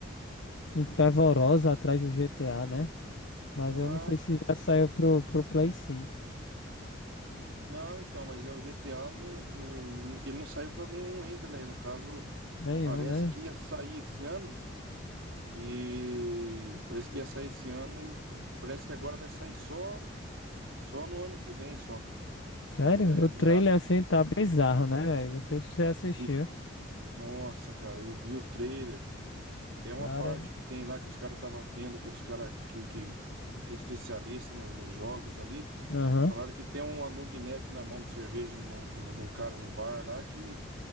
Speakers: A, on the left; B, on the right.
A: fervorosa atrás do GTA, né? Mas
B: Ah,
A: eu não sei se já saiu pro, pro Play cinco,
B: não, então, mas é o GTA, não, não- ele não saiu pra nenhum ainda, né? No caso,
A: Nenhum,
B: parece
A: né?
B: que ia sair esse ano e parece que ia sair esse ano e parece que agora vai sair só só no ano que vem, só.
A: Sério?
B: É,
A: O trailer
B: meados
A: assim tá bizarro, né, velho? Não sei se você assistiu.
B: de... Nossa, cara, eu vi o trailer. Tem uma
A: Cara,
B: parte que tem lá que os caras estavam vendo que os caras que, que, que é especialista no- nos jogos ali,
A: aham,
B: falaram que tem uma long neck na mão do cerveja no, no, num cara no bar lá que